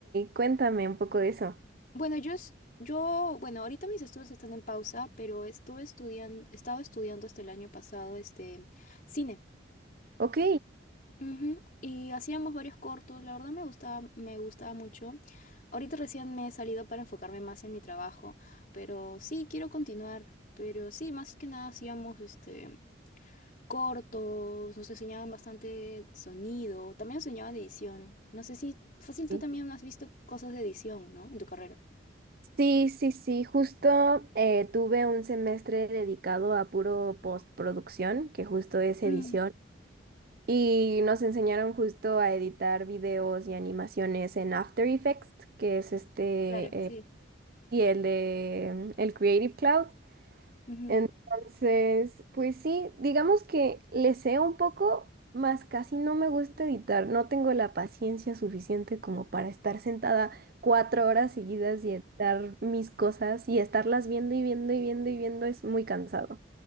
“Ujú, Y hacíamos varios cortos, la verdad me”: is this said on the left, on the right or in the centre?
Left